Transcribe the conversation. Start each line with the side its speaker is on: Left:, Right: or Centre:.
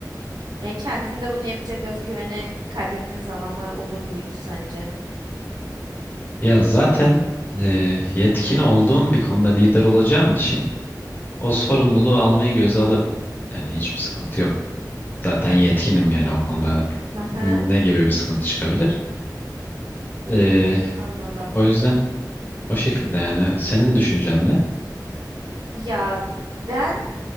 Right: Yani kendinde bunu yapacak özgüveni kaybettiğin zamanlar olur muydu sence?
Left: Ya zaten e, yetkin olduğum bir konuda lider olacağım için o sorumluluğu almayı göze alırdım. Yani hiçbir sıkıntı yok. Zaten
Right: Hmm.
Left: yetkinim yani o konuda
Right: Aha,
Left: ne gibi bir sıkıntı çıkabilir? Ee,
Right: anladım.
Left: o yüzden. O şekilde yani. Senin düşüncen ne?
Right: Ya ben